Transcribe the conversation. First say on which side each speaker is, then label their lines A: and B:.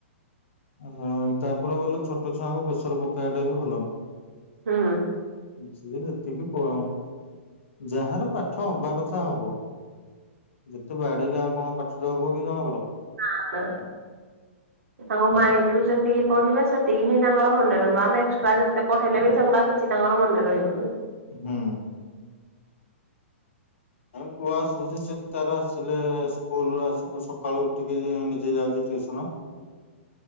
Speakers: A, on the left; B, on the right.
A: ଆମର ତାପରେ ଗଲେ ଛୋଟ ଛୁଆଙ୍କୁ ପ୍ରେସର ପକେଇବା ଟା ବି ଭଲ ନୁହଁ।
B: ହୁଁ।
A: ଯିଏ ଯେତିକି ପ ଯାହାର ପାଠ ହବା କଥା ହବ। ଯେତେ ବାଡେଇଲେ ଆଉ କଣ ପାଠରେ ହବ କି ଜଣଙ୍କର।
B: ନା ନା। ତାଙ୍କ ମାଇଣ୍ଡ ରୁ ଯେତିକି ପଢିବେ ସେତିକି ହିଁ ତାଙ୍କର ମନେ ରହିବ ଆମେ ଏକ୍ସଟ୍ରା ଯେତେ ପଢେଇଲେ ବି ସେଗୁଡାକ କି କିଛି ତାଙ୍କର ମନେ ରହିବନି।
A: ହୁଁ। ଏ ପୁଅ ଆସୁଛି ସେ ତାର ଆସିଲେ ସ୍କୁଲ ସକାଳୁ ଉଠିକି ନିଜେ ଯାଉଛି ଟିଉସନ।